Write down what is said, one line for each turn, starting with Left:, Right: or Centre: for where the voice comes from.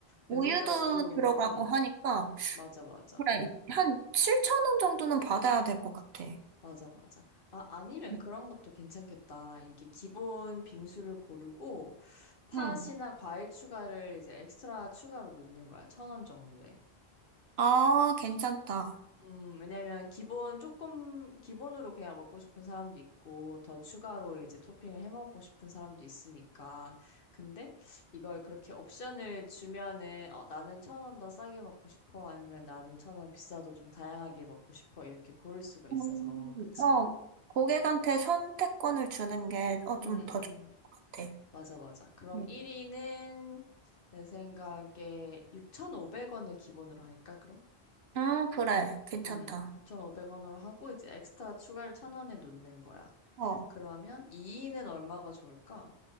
Right: 우유도
Left: 내 생각도,
Right: 들어가고
Left: 음,
Right: 하니까,
Left: 맞아, 맞아.
Right: 그래, 한7천원 정도는 받아야 될 것 같아.
Left: 맞아, 맞아. 아, 아니면
Right: 응.
Left: 그런 것도 괜찮겠다. 이게 기본 빙수를 고르고 팥이나
Right: 응.
Left: 과일 추가를 이제 엑스트라 추가로 놓는 거야. 천원 정도에.
Right: 아, 괜찮다.
Left: 음, 왜냐면 기본 조금 기본으로 그냥 먹고 싶은 사람도 있고 더 추가로 이제 토핑을 해 먹고 싶은 사람도 있으니까. 근데 이걸 그렇게 옵션을 주면은 어, 나는 천원 더 싸게 먹고 싶어 아니면 나는 천원 비싸도 좀 다양하게 먹고 싶어 이렇게 고를 수가 있어서.
Right: 음,
Left: 그치?
Right: 어, 고객한테 선택권을 주는 게, 어,
Left: 음,
Right: 좀 더
Left: 음.
Right: 좋을 것 같아.
Left: 맞아, 맞아. 그럼
Right: 음,
Left: 1위는 내 생각에 6,500원을 기본으로 할까? 그럼?
Right: 음, 그래. 괜찮다.
Left: 음, 육5 0 0원으로 하고 이제 엑스트라 추가를 1,000원에 놓는 거야.
Right: 어,
Left: 그러면 2인은 얼마가 좋을까?